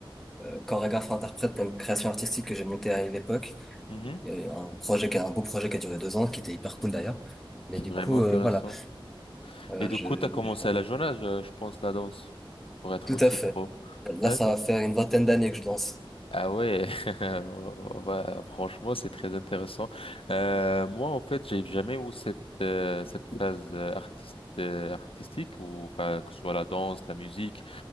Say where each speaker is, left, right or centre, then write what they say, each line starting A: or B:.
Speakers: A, in the centre; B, on the left.
A: euh, chorégraphe-interprète pour une création artistique que j'ai montée à une époque.
B: mhm.
A: Et un projet qui a un beau projet qui a duré deux ans, qui était hyper cool d'ailleurs. Mais
B: C'est
A: du
B: vraiment
A: coup,
B: intéressant.
A: euh, voilà, euh,
B: Et du
A: je,
B: coup, t'as commencé
A: je- voilà.
B: à la jeune âge, euh, je pense, la danse, pour être
A: Tout
B: aussi
A: à fait.
B: pro.
A: Là,
B: D'accord.
A: ça va faire une vingtaine d'années que je danse.
B: Ah ouais, <laughs> on va- franchement, c'est très intéressant. Euh, moi, en fait, j'ai jamais eu cette euh, cette phase euh, artiste euh, artistique ou enfin que ce soit la danse, la musique.